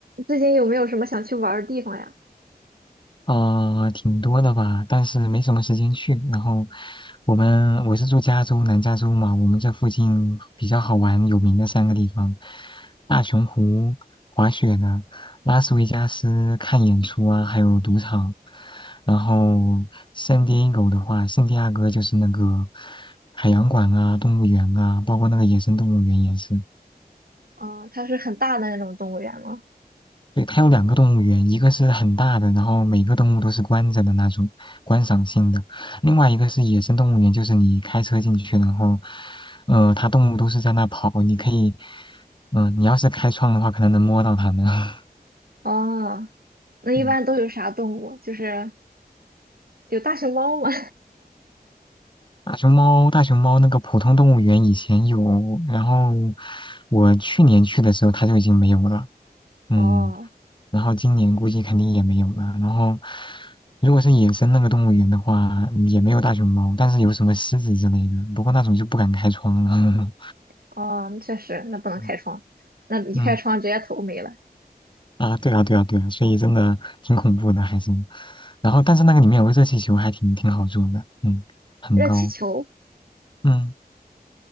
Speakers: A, on the right (about 65°); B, on the left (about 30°).
A: 最近有没有什么想去玩儿的地方呀？
B: 啊、挺多的吧，但是没什么时间去。然后我们我是住加州南加州嘛，我们这附近比较好玩有名的三个地方：大熊湖滑雪的，拉斯维加斯看演出啊，还有赌场。然后圣地亚哥的话，圣地亚哥就是那个海洋馆啊、动物园啊，包括那个野生动物园也是。
A: 啊，它是很大的那种动物园吗？
B: 对，它有两个动物园，一个是很大的，然后每个动物都是关着的那种观赏性的；另外一个是野生动物园，就是你开车进去，然后，呃，它动物都是在那跑，你可以，嗯、你要是开窗的话，可能能摸到它们。<laughs>
A: 哦，那一般都有啥动物？
B: 嗯
A: 就是有大熊猫吗？
B: 大熊猫，大熊猫那个普通动物园以前有，然后我去年去的时候它就已经没有了。
A: <laughs>
B: 嗯。
A: 哦
B: 然后今年估计肯定也没有了。然后，如果是野生那个动物园的话，也没有大熊猫，但是有什么狮子之类的。不过那种就不敢开窗了。
A: 哦，确实，那不能开窗，
B: <laughs>
A: 那一开窗直接头没了。
B: 嗯啊，对啊，对啊，对啊，所以真的挺恐怖的，还是。然后，但是那个里面有个热气球，还挺挺好坐的，嗯，很高，
A: 热气球，
B: 嗯，